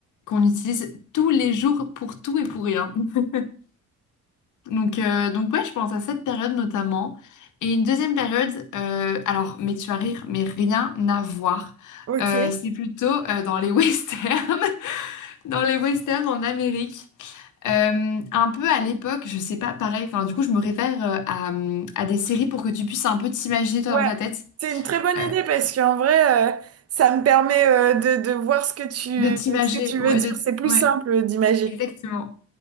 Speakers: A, on the left; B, on the right.
A: Qu'on utilise tous les jours pour tout et pour rien. <laughs> Donc, euh, donc ouais, je pense à cette période notamment. Et une deuxième période, euh, alors, mais tu vas rire, mais rien à voir.
B: Ok.
A: Euh, c'est plutôt euh, dans les <laughs> westerns, dans les westerns en Amérique. Euh, un peu à l'époque, je sais pas, pareil, enfin, du coup, je me réfère euh, à, euh, à des séries pour que tu puisses un peu t'imaginer toi
B: Ouais,
A: dans ta tête.
B: c'est une très bonne
A: Euh,
B: idée parce qu'en vrai, euh, ça me permet euh, de, de voir ce que tu,
A: de t'imaginer,
B: ce que tu
A: ouais,
B: veux dire.
A: de t-
B: C'est plus
A: ouais,
B: simple d'imaginer.
A: exactement.